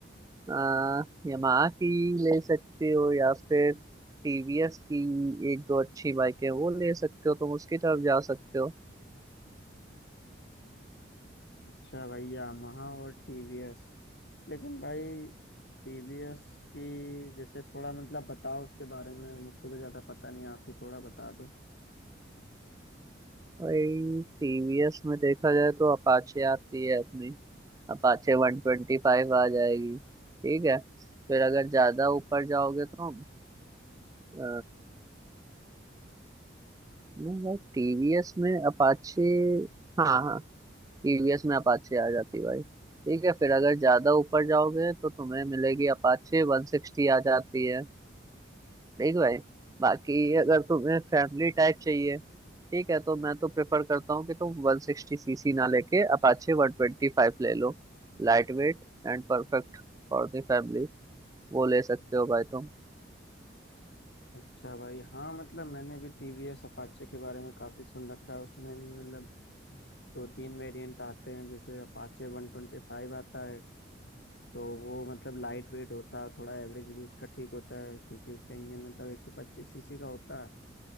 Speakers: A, on the right; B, on the left.
A: आ, यामाहा की ले सकते हो या फिर टीवीएस की एक दो अच्छी बाइक है वो ले सकते हो तुम उसकी तरफ जा सकते हो
B: अच्छा भाई यामाहा और टीवीएस लेकिन भाई टीवीएस की जैसे थोड़ा मतलब बताओ उसके बारे में मुझको तो ज्यादा पता नहीं आप ही थोड़ा बता दो
A: भाई टीवीएस में देखा जाए तो अपाचे आती है अपनी अपाचे वन ट्वेंटी फाइव आ जाएगी ठीक है फिर अगर ज्यादा ऊपर जाओगे तो हम अ, नहीं भाई टीवीएस में अपाचे हाँ हाँ टीवीएस में अपाचे आ जाती भाई ठीक है फिर अगर ज्यादा ऊपर जाओगे तो तुम्हें मिलेगी अपाचे वन सिक्सटी आ जाती है देख भाई बाकी अगर तुम्हें फैमिली टाइप चाहिए ठीक है तो मैं तो प्रेफर करता हूँ कि तुम 160 सीसी ना लेके अपाचे 125 ले लो Light weight and perfect for the family वो ले सकते हो भाई तुम
B: अच्छा भाई हाँ मतलब मैंने भी टीवीएस अपाचे के बारे में काफी सुन रखा है उसमें भी मतलब दो तीन वेरिएंट आते हैं जैसे अपाचे वन ट्वेंटी फाइव आता है तो वो मतलब लाइट वेट होता है थोड़ा एवरेज भी उसका ठीक होता है क्योंकि उसका इंजन मतलब एक सौ पच्चीस सीसी का होता है